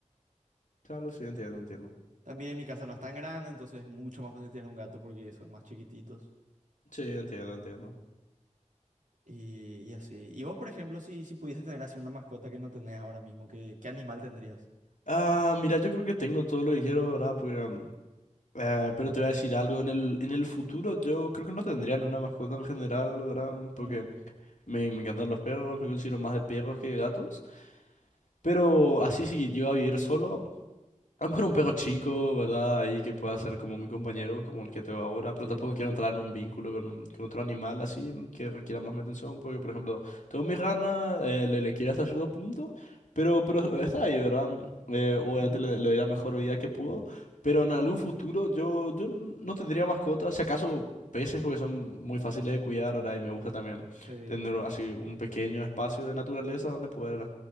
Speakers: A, on the left; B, on the right.
A: Claro, sí, entiendo, entiendo.
B: También mi casa no es tan grande, entonces es mucho más fácil tener un gato porque son más chiquititos.
A: Sí, entiendo, entiendo.
B: Y, y así. Y vos, por ejemplo, si, si pudieses tener así una mascota que no tenés ahora mismo, ¿qué, qué animal tendrías?
A: Ah, mira, yo creo que tengo todo lo que quiero, ¿verdad? Porque, um, eh, pero te voy a decir algo, en el, en el futuro yo creo que no tendría ni una mascota en general, ¿verdad? Porque
B: Mm,
A: me, me encantan los perros, me considero más de perros que de gatos. Pero así si yo a vivir solo, a lo mejor un perro chico, ¿verdad? Ahí que pueda ser como mi compañero, como el que tengo ahora, pero
B: sí,
A: tampoco
B: sí.
A: quiero entrar en un vínculo con, con otro animal así mm, que requiera más mi atención, porque por ejemplo, tengo mi rana, eh, le, le quiero hasta cierto punto, pero, pero <laughs> está ahí, ¿verdad? Eh, obviamente
B: Ujú,
A: le, le doy la mejor vida que puedo, pero en algún futuro yo, yo no tendría mascotas, si acaso peces, porque son muy fáciles de cuidar, ¿verdad? Y me gusta también
B: sí,
A: tener así un pequeño espacio de naturaleza donde poder